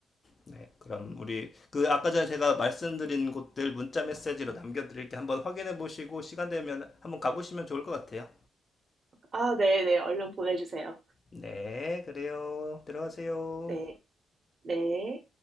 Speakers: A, on the left (about 35°); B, on the right (about 45°).
A: 네, 그럼 우리 그 아까 전에 제가 말씀드린 곳들 문자 메시지로 남겨드릴게 한번 확인해 보시고 시간 되면 한번 가보시면 좋을 것 같아요.
B: 아, 네, 네, 얼른 보내주세요.
A: 네, 그래요. 들어가세요.
B: 네, 네.